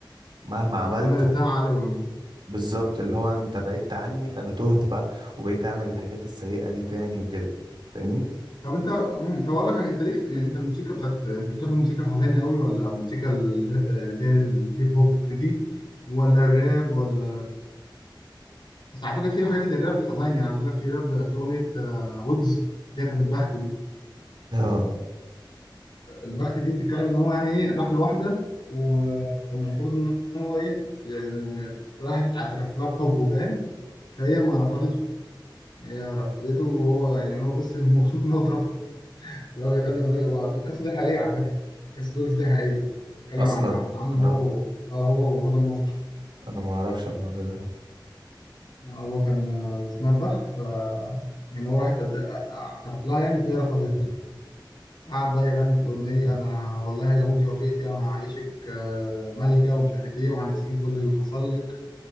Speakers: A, on the right; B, on the left.
A: مهما عملت
B: انا قلتها علي ون
A: بالظبط اللي هو انت بعدت عني فانا تهت بقى وبقيت اعمل الحاجات السيئة دي تاني وكده فاهمني
B: طب انت مم، طب اقول لك انت ليك يعني انت الموسيقى بتاعت انت بتحب الموسيقى الحزينه قوي ولا الموسيقى ال- اللي هي الهيب هوب دي ولا الراب ولا بس على فكره في حاجات للراب حزينه يعني عايز اقول لك في راب في اغنيه آه، ويجز اللي هي بتاعت البخت دي
A: اه
B: البخت دي بتتكلم ان هو يعني ايه راح لواحده و- والمفروض ان هو ايه يعني راح اعترف لها بحبه فاهم فهي ما رفضته هي رفضته وهو يعني هو بس مبسوط ان هو اترفض اللي هو بيغني أغنية هو القصة دي حقيقية على فكرة قصة ويجز دي حقيقية بتتكلم
A: اصلا
B: عن عن عن هو
A: انا
B: آه هو وهدى المفتي
A: انا ما اعرفش الموضوع ده
B: آه هو كان آه، اسمها البخت ف يعني هو راحت قد- اعترف لها يعني فهي رفضته قعد بقى يغني في الأغنية ده أنا والله لو أنت وافقتي أنا هعيشك آه، ملكة ومش عارف إيه وهنسيكي كل اللي حصل لك